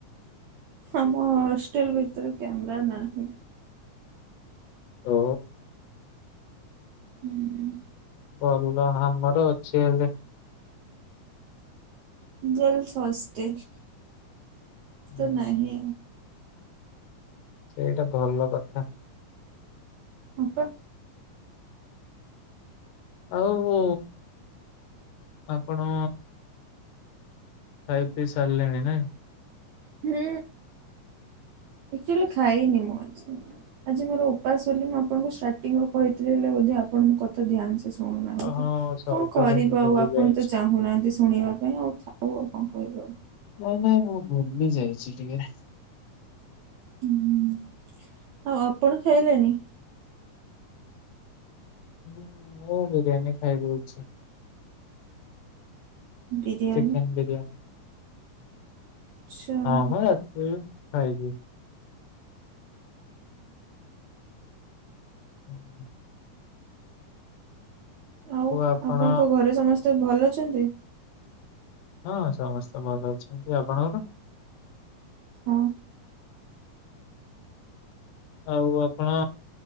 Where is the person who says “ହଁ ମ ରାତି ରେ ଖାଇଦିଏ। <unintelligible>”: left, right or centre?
Left